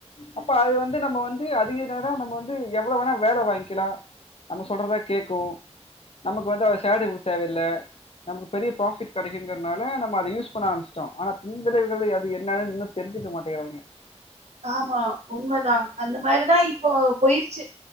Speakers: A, on the left; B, on the right.
A: அப்ப அது வந்து நம்ம வந்து அதிக நேரோ நம்ம வந்து எவ்வளோ வேணா வேல வாங்கிக்கலா நம்ம சொல்றதா கேக்கு நமக்கு வந்து அவ செல்ரி குடு தேவையில்ல நமக்கு பெரிய ப்ராஃபிட் கெடைக்குங்கறனால நம்ம அத யூஸ் பண்ண ஆரமிச்சிட்டோ ஆனா பின்விளைவுகளு அது என்னனு இன்னு தெரிஞ்சுக்க மாட்டேங்கிறாங்க
B: ஆமா உண்மதா அந்த மாரிதா இப்போ போயிருச்சு